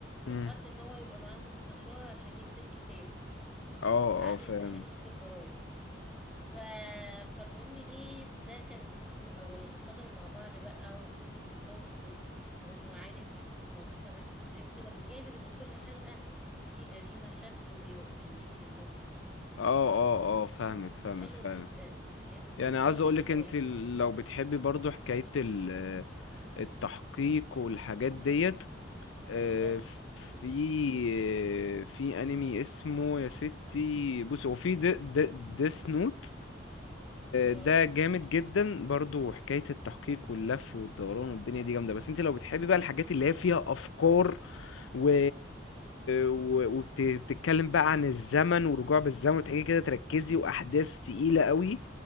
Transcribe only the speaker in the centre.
اتحط إن هو يبقى معاه مستشار عشان يكتب كتاب
عن
التحقيق في الجرايم ف... فالمهم ايه ده كان الموسم الأولاني فضلوا مع بعض بقى وقصة الحب وإنه عايز يشوف مامتها ماتت ازاي كده بجانب إن كل حلقة في جريمة شكله بي... بيحلوها
فحلو
جدا حلو
جدا
هو
تمن مواسم
مم.
بحبها جدا
اه